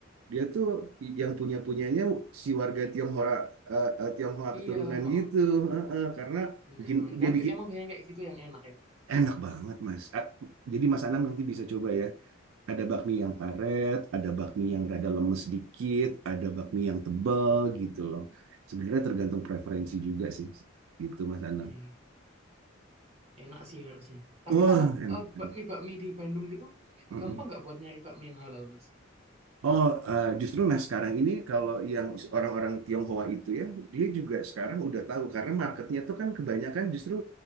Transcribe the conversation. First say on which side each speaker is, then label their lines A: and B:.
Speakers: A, on the right; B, on the right.
A: dia tuh i- yang punya punyanya si warga Tionghoa eh, eh, Tionghoa keturunan
B: iya heeh.
A: gitu. Eh, eh. Karena
B: Bener
A: bikin
B: bener.
A: dia
B: Tapi
A: bikin
B: emang banyak kayak gitu yang enak ya.
A: enak banget Mas. Ah, Jadi Mas
B: Iya
A: Anam
B: iya.
A: nanti bisa coba ya. Ada bakmi yang karet, ada bakmi yang rada lemes dikit, ada bakmi yang tebal gitu loh. Sebenarnya tergantung preferensi juga sih. Gitu Mas Anam.
B: iya, enak sih harusnya. Tapi
A: Wah,
B: kalau
A: enak.
B: eh,
A: enak.
B: bakmi bakmi di Bandung gitu,
A: Mm-mm.
B: gampang nggak buat nyari bakmi yang halal mas?
A: Oh, eh, justru nah sekarang ini kalau yang orang-orang Tionghoa itu ya, dia juga sekarang udah tahu karena marketnya tuh kan kebanyakan justru